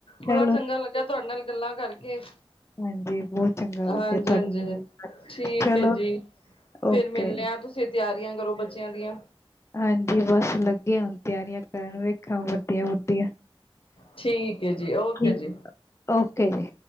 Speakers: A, on the left (about 70°); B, on the left (about 30°).
A: ਬੜਾ
B: ਚਲੋ
A: ਚੰਗਾ ਲੱਗਾ ਤੁਹਾਡੇ ਨਾਲ ਗੱਲਾਂ ਕਰਕੇ
B: ਹਾਂਜੀ ਬਹੁਤ ਚੰਗਾ ਲੱਗਿਆ
A: ਹਾਂਜੀ,
B: ਤੁਹਾਡੇ
A: ਹਾਂਜੀ
B: ਨਾਲ,
A: ਠੀਕ
B: ਚਲੋ
A: ਐ ਜੀ। ਫਿਰ
B: ਓਕੇ
A: ਮਿਲਣੇ ਆ ਤੁਸੀਂ ਤਿਆਰੀਆਂ ਕਰੋ ਬੱਚਿਆਂ ਦੀਆਂ
B: ਹਾਂਜੀ, ਬਸ ਲੱਗੇ ਹੁਣ ਤਿਆਰੀਆਂ ਕਰਨ ਵੇਖਾਂ ਵਰਦੀਆ, ਵੁਰਦੀਆ।
A: ਠੀਕ ਹੈ ਜੀ ਓਕੇ
B: ਠੀਕ,
A: ਜੀ
B: ਓਕੇ ਜੀ।